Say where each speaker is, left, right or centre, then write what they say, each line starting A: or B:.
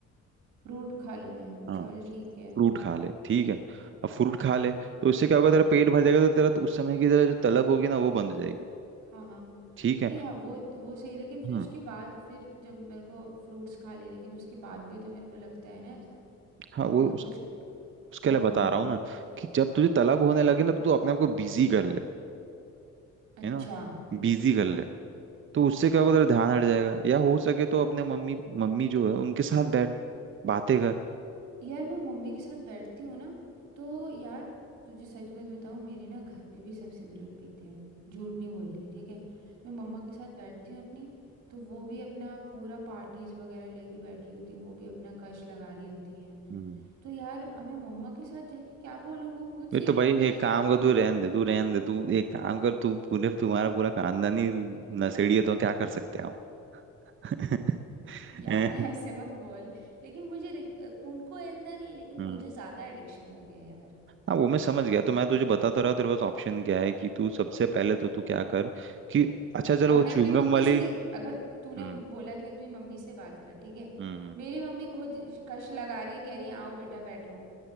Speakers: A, on the right; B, on the right.
A: फ्रूट खा लूं मैं
B: हाँ
A: चल ठीक है
B: फ्रूट खा ले ठीक है अब फ्रूट खा ले तो उससे क्या होगा तेरा पेट भर जाएगा तो तेरा तो उस समय की तेरा जो तलब होगी ना वो बंद हो जाएगी
A: हाँ हाँ
B: ठीक है
A: नहीं हाँ वो वो सही लेकिन फिर
B: हम्म
A: उसके बाद फिर जब मेरे को फ्रूट्स खा लिए लेकिन उसके बाद भी तो मेरे को लगता है ना ऐसा
B: हाँ वो
A: कि मैं
B: उस,
A: कुछ
B: उसके
A: करूं
B: लिए बता रहा हूँ ना कि जब तुझे तलब होने लगे ना तो तू अपने आप को बिजी कर ले
A: अच्छा
B: है ना बिजी कर ले तो उससे क्या होगा तेरा ध्यान हट जाएगा या हो सके तो अपने मम्मी मम्मी जो है उनके साथ बैठ बातें कर
A: यार मैं मम्मी के साथ बैठती हूँ ना तो यार तुझे सच बात बताऊँ मेरे ना घर पे भी सब सिगरेट पीते हैं झूठ नहीं बोल रही ठीक है मैं मम्मा के साथ बैठती हूँ अपनी तो वो भी अपना पूरा पार्टीज वगैरह लेके बैठी होती हैं वो भी अपना कश लगा रही होती हैं
B: हम्म
A: तो यार अब मैं मम्मा के साथ जाके क्या बोलूँ वो खुद सिगरेट
B: ये तो भाई
A: पी
B: एक
A: रही होती
B: काम कर
A: हैं
B: तू रहन दे तू रहन दे तू एक काम कर तू पूरे तुम्हारा पूरा खानदान ही नशेड़ी है तो क्या कर सकते हैं हम <laughs>
A: यार
B: हैं?
A: <laughs> ऐसे मत बोल लेकिन मुझे रिक- उनको इतना नहीं है लेकिन
B: हम्म
A: मुझे ज़्यादा एडिक्शन हो गया है यार
B: हाँ वो मैं समझ गया तो मैं तुझे बता तो रहा हूँ, तेरे पास ऑप्शन क्या है कि तू सबसे पहले तो तू क्या कर कि अच्छा चलो
A: अब
B: वो
A: मैं
B: च्युइंगम
A: अपनी मम्मी
B: वाली
A: से देख अगर तूने
B: हम्म
A: बोला कि अपनी मम्मी से बात कर ठीक है
B: हम्म
A: मेरी मम्मी खुद कश लगा रही है कह रही है आओ बेटा बैठो